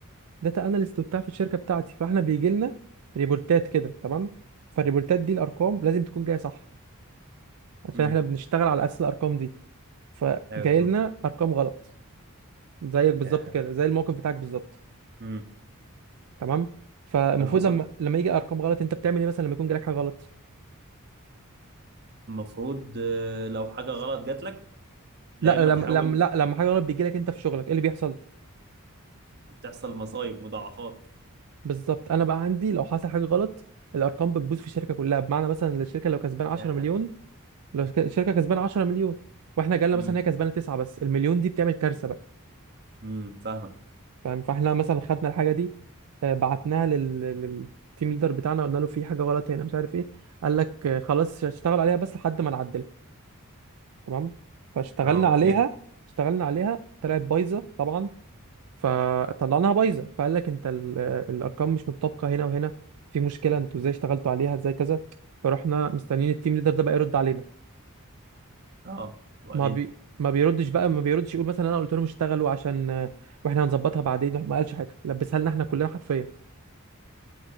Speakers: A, on the right (about 80°); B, on the right (about 50°).
A: داتا اناليست وبتاع في الشركه بتاعتي فاحنا بيجي لنا ريبورتات كده تمام فالريبورتات دي الارقام لازم تكون جايه صح عشان
B: امم
A: احنا بنشتغل على اساس الارقام دي فجاي
B: ايوه بالظبط
A: لنا ارقام غلط زيك بالظبط
B: آه،
A: كده زي الموقف بتاعك بالظبط
B: امم إيه
A: تمام فالمفروض
B: اللي حصل
A: لما لما يجي ارقام غلط انت بتعمل ايه مثلا لما يكون جالك حاجه غلط
B: المفروض آه، لو حاجه غلط جات لك لا
A: لا
B: اما
A: لما
B: تحاول
A: لما لا لما حاجه غلط بيجي لك انت في شغلك ايه اللي بيحصل
B: تحصل مصايب مضاعفات
A: بالظبط انا بقى عندي لو حصل حاجه غلط الارقام بتبوظ في الشركه كلها بمعنى مثلا الشركه لو كسبان 10
B: ياه
A: مليون لو ك- الشركه كسبانه 10 مليون واحنا جالنا
B: امم
A: مثلا هي كسبانه 9 بس المليون دي بتعمل كارثه بقى
B: امم فاهمك
A: فاهم فاحنا مثلا خدنا الحاجه دي آه، بعتناها لل... للتيم ليدر بتاعنا قلنا له في حاجه غلط هنا مش عارف ايه قال لك آه، خلاص اشتغل عليها بس لحد ما نعدلها تمام فاشتغلنا
B: اه وبعدين
A: عليها اشتغلنا عليها طلعت بايظه طبعا فطلعناها بايظه فقال لك انت ال... آه، الارقام مش متطابقه هنا وهنا في مشكله انتوا ازاي اشتغلتوا عليها ازاي كذا فرحنا مستنيين التيم ليدر ده بقى يرد علينا
B: اه وبعدين
A: ما بي ما بيردش بقى ما بيردش يقول مثلا انا قلت لهم اشتغلوا عشان آه، واحنا هنظبطها بعدين ما قالش حاجه لبسها لنا احنا كلنا حرفيا